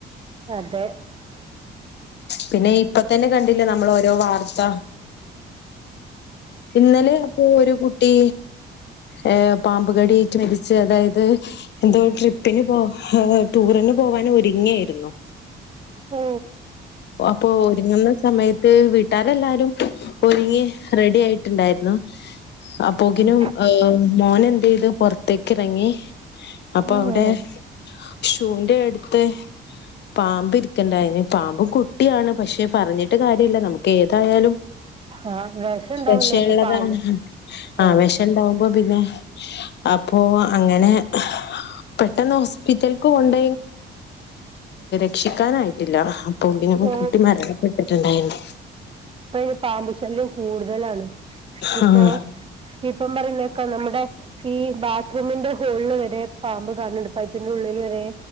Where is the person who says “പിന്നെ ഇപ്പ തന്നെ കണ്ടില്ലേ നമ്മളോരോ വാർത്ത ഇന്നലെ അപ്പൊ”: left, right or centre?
Left